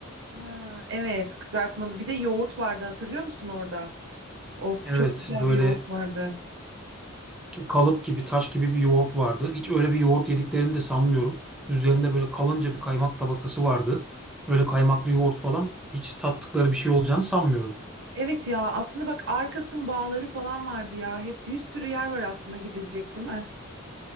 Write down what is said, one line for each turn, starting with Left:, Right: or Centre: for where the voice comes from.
Right: Ha, evet kızartmalı. Bir de yoğurt vardı hatırlıyor musun orada? Of
Centre: Evet
Right: çok güzel
Centre: böyle
Right: bir yoğurt vardı.
Centre: kalıp gibi taş gibi bir yoğurt vardı. Hiç öyle bir yoğurt yediklerini de sanmıyorum. Üzerinde böyle kalınca bir kaymak tabakası vardı. Öyle kaymaklı yoğurt falan hiç tattıkları bir şey olacağını sanmıyorum.
Right: Evet ya aslında bak Arkas'ın bağları falan vardı ya. Hep bir sürü yer var aslında gidilecek değil mi?